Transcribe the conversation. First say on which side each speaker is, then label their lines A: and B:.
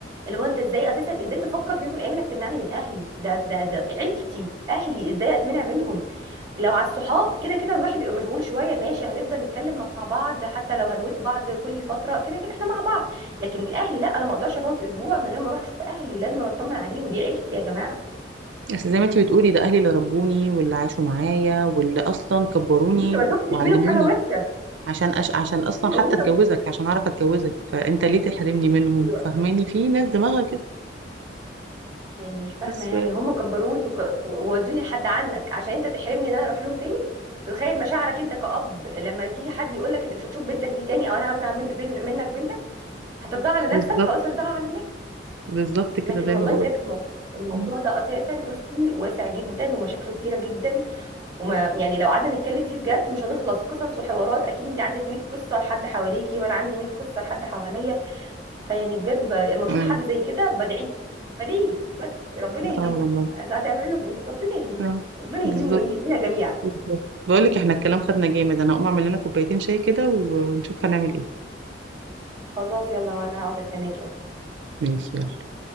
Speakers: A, on the right; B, on the right.
A: اللي هو انت ازاي اساسا ازاي تفكر في يوم من الايام انك تمنعني من اهلي ده ده ده عيلتي اهلي ازاي اتمنع منهم لو على الصحاب كده كده الواحد بيبقى مشغول شويه ماشي هنفضل نتكلم مع بعض حتى لو هنود بعض كل فتره كده كده احنا مع بعض لكن اهلي لا انا ما اقدرش افوت اسبوع من غير ما اروح اشوف اهلي لازم أنا اطمن عليهم دي عيلتي يا جماعه
B: اصل زي ما انت بتقولي ده اهلي اللي ربوني واللي عاشوا معايا واللي اصلا كبروني
A: انت ما شفتش
B: وعلموني
A: منهم حاجه وحشه
B: عشان أش... عشان اصلا
A: ايوه
B: حتى
A: وانت
B: اتجوزك
A: وصلت
B: عشان اعرف اتجوزك فانت ليه تحرمني منهم
A: دلوقتي.
B: فاهماني في ناس دماغها كده
A: يعني مش فاهمه
B: بس
A: يعني هم كبروني وك- وودوني لحد عنك عشان انت تحرمني ان انا اروح لهم تاني تتخيل مشاعرك انت كأب لما تيجي حد يقول لك انت مش هتشوف بنتك دي تاني او انا همنع من بن منك بنتك هترضاها على نفسك
B: بالظبط
A: خلاص ارضاها على الناس
B: بالظبط كده
A: لكن
B: زي
A: والله
B: ما بقول
A: بجد المو- الموضوع
B: امم
A: ده اساسا بصي واسع جدا ومشاكله كتيره جدا وما يعني لو قعدنا نتكلم فيه بجد مش هنخلص قصص وحوارات اكيد انت عندك 100 قصه لحد حواليكي وانا عندي 100 قصه لحد حواليا فيعني بجد ب... لما بشوف
B: اه
A: حد زي كده بدعي له بدعي له بس ربنا يهديكم
B: والله
A: انا هتعمل لهم ايه ربنا يهديكم
B: اه
A: ربنا
B: بالظبط
A: يهديهم ويهدينا جميعا
B: بالظبط بقول لك احنا الكلام خدنا جامد انا هقوم اعمل لنا كوبايتين شاي كده ونشوف هنعمل ايه
A: خلاص يلا وانا هقعد استناكي
B: ماشي يلا